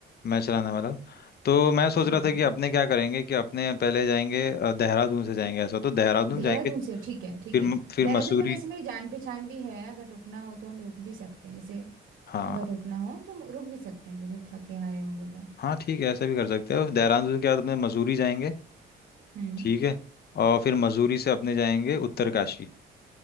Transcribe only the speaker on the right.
ठीक
है
देहरादून
से ठीक है
ठीक
है
देहरादून
में वैसे मेरी जान पहचान भी है अगर रुकना हो तो हम रुक भी सकते हैं जैसे
अगर रुकना हो तो हम रुक भी सकते हैं जैसे थके हारे होंगे तो
हम्म